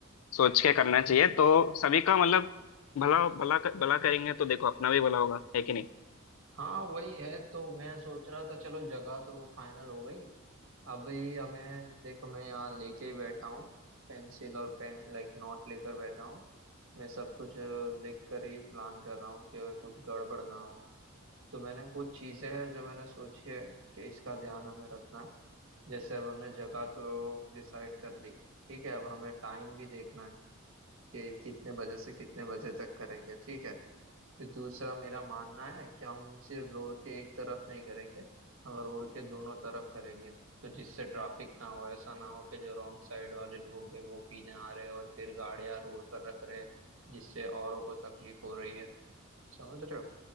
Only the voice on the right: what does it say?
हाँ वही है तो मैं सोच रहा था चलो जगह तो वो फाइनल हो गई अभी हमें देखो मैं यहाँ लेके ही बैठा हूँ पेंसिल और पेन लाइक नोट लेकर बैठा हूँ मैं सब कुछ अ, लिख कर ही प्लान कर रहा हूँ कि कुछ गड़बड़ ना हो तो मैंने कुछ चीजें हैं जो मैंने सोची है कि इसका ध्यान हमें रखना है जैसे अब हमने जगह तो डिसाइड कर ली ठीक है अब हमें टाइम भी देखना है कि कितने बजे से कितने बजे तक करेंगे ठीक है फिर दूसरा मेरा मानना है कि हम सिर्फ रोड के एक तरफ नहीं करेंगे हम रोड के दोनों तरफ करेंगे तो जिससे ट्रैफिक ना हो ऐसा ना हो कि जो रॉन्ग साइड वाले लोग हैं वो पीने आ रहे हैं और फिर गाड़ियां रोड पर रख रहे हैं जिससे औरों को तकलीफ हो रही है समझ रहे हो